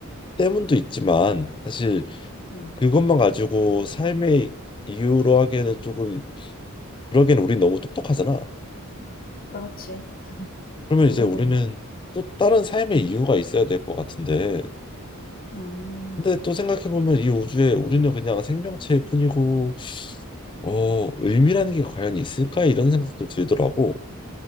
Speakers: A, on the left (about 20°); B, on the left (about 40°).
A: 때문도 있지만 사실
B: 음,
A: 그것만 가지고 삶의 이유로 하기에는 조금 그러기에는 우린 너무 똑똑하잖아.
B: 그렇지.
A: 그러면
B: 고등동물.
A: 이제 우리는 또 다른 삶의
B: 음,
A: 이유가 있어야 될 것 같은데.
B: 음,
A: 근데 또 생각해보면 이 우주에 우리는 그냥 생명체일 뿐이고 어, 의미라는 게 과연 있을까? 이런 생각도 들더라고.